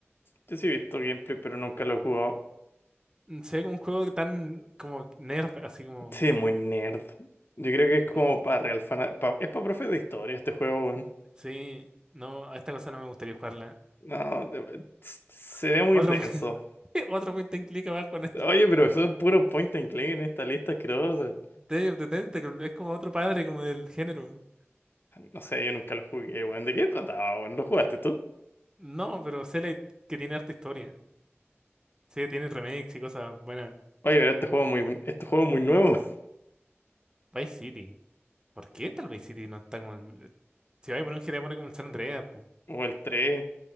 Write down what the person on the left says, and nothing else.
Yo sí he visto gameplay, pero nunca lo he jugado.
Sí, muy nerd. Yo creo que es como
para real fan. es para profes de historia este juego, weón.
No, de- se ve muy
denso.
Oye, pero son puros point and click en esta lista asquerosa.
No sé, yo nunca lo jugué, weón. ¿De qué trataba, weón? ¿Lo jugaste tú?
Oye, pero este juego es muy, este juego es muy nuevo. <laughs>
O el 3.